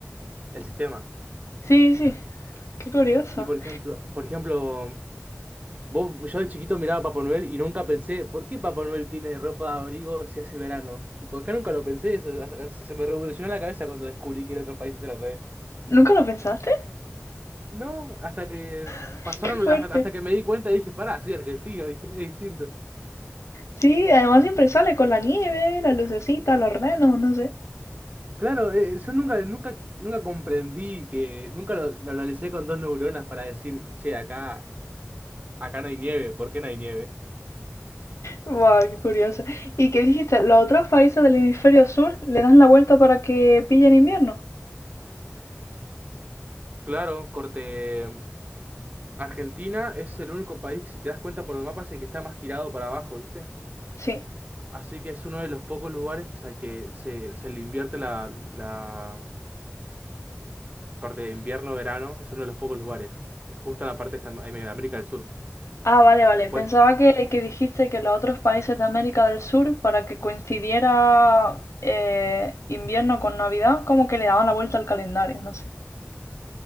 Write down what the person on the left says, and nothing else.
sí, sí. Qué curioso.
¿Nunca lo pensaste?
<laughs>
Qué fuerte.
Sí, además siempre sale con la nieve, la lucecita, los renos, no sé.
Wow, qué curioso. ¿Y qué dijiste? ¿Los otros países del hemisferio sur le dan la vuelta para que pillen invierno?
Sí.
Ah, vale, vale.
Pensaba que, que dijiste que los otros países de América del Sur, para que coincidiera eh, invierno con Navidad, como que le daban la vuelta al calendario, no sé.